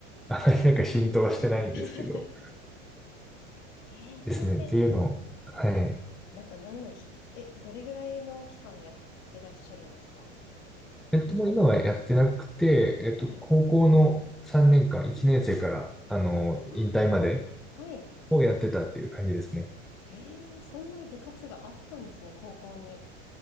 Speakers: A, in the centre; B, on the left.
A: あまりなんか浸透はしてないんですけど、
B: <laughs> ええそれって
A: ですね。っていうのを、はい。
B: なんか何のき、え、どれぐらいの期間やってらっしゃるんですか
A: えっと、
B: 日本。
A: もう今はやってなくて、えっと、
B: はい。
A: 高校の3年間、1年生から、あの、
B: あー
A: 引退まで
B: はい。
A: をやってたっていう感じですね。
B: えー、そんな部活があったんですね、高校に。